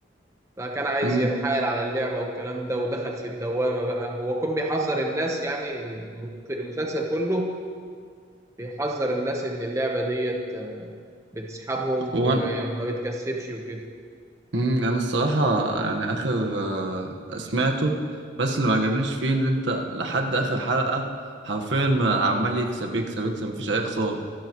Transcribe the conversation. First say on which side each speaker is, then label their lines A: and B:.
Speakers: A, on the right (about 15°); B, on the right (about 70°).
A: فكان عايز
B: مم.
A: يتحايل على اللعبة والكلام ده ودخل في الدوامة بقى هو كان بيحذر الناس يعني الم- المسلسل كله بيحذر الناس إن اللعبة ديت بتسحبهم
B: وأنا
A: وما بتكسبش وكده
B: مم. أنا الصراحة يعني آخر آه سمعته بس اللي ما عجبنيش فيه إن أنت لحد آخر حلقة حرفيا ما- عمال يكسب يكسب يكسب مفيش أي خسارة